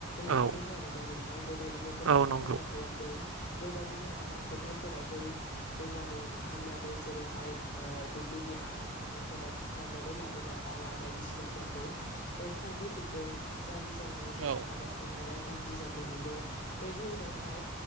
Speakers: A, on the left; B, on the right.
A: लाबोदों
B: औ
A: आरो ना नोंथां बेबायदिनो गोबां
B: औ नंगौ
A: खहा खालामदों बेबायदिनो आबाद फोथारफोराव बै दै बानाया बुखारनानै जेरैहाय दुब्लिनि आबाद फोथारफोराव बुखारनानै लाबोना बाला बायदिसिनाफोरखौ फबोजोबदों जायनि जाउनाव जोंना
B: औ
A: आबाद थारा गाज्रि जानो हमो बैनि उनावहाय